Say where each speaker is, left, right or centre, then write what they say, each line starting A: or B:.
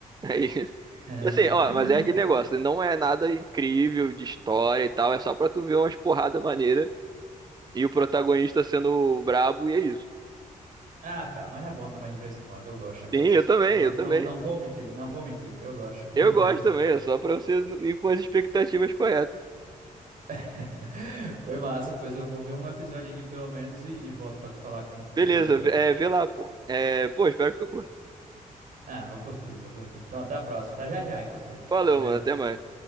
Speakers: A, on the right (about 30°); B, on the right (about 65°).
A: É isso.
B: <laughs>
A: E assim, ó, mas é aquele negócio, não é nada incrível de história e tal, é só pra tu ver umas porrada maneira e o protagonista sendo brabo e é isso.
B: Ah, cara, mas é bom também de vez em quando. Eu gosto, eu gosto.
A: Sim, eu também,
B: Não,
A: eu também.
B: não, não vou mentir, não vou mentir. Eu gosto, curto
A: Eu gosto
B: muito.
A: também, é só pra você ir com as expectativas corretas.
B: <laughs> Foi massa, pois eu vou ver um episódio aqui pelo menos e, e volto pra te falar como foi,
A: Beleza,
B: beleza?
A: é, vê lá, pô. É, pô, espero que tu curta.
B: Ah, vou curtir, vou curtir. Então até a próxima. Tá já já, inclusive.
A: Valeu,
B: Valeu.
A: mano, até mais.